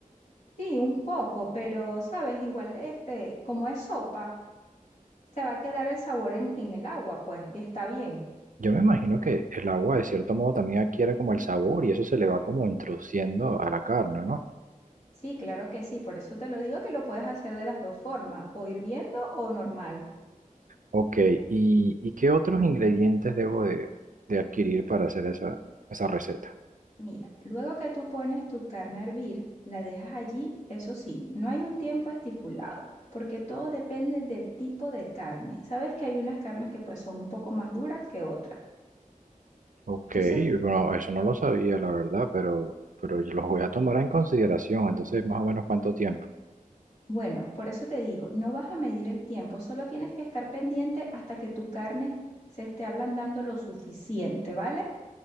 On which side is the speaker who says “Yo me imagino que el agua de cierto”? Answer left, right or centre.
Right